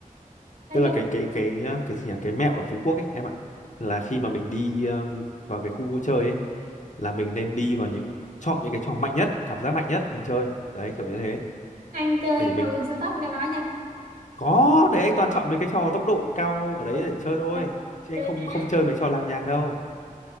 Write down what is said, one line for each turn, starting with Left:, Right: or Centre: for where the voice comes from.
Right: nói
Left: tức là
Right: chung
Left: cái cái cái ờ, cái gì nhỉ cái mẹo ở Phú Quốc ấy em ạ là khi mà mình đi ờm, vào cái khu vui chơi ấy là mình nên đi vào những chọn những cái trò mạnh nhất cảm giác mạnh nhất mình chơi đấy kiểu như thế
Right: anh chơi
Left: để mình
Right: tàu lượn siêu tốc ở trong đó chưa
Left: có đấy anh toàn chọn mấy cái trò tốc độ cao ở đấy
Right: đúng
Left: để chơi thôi
Right: đúng
Left: chứ
Right: chơi
Left: anh không
Right: đã
Left: không chơi mấy trò làng nhàng đâu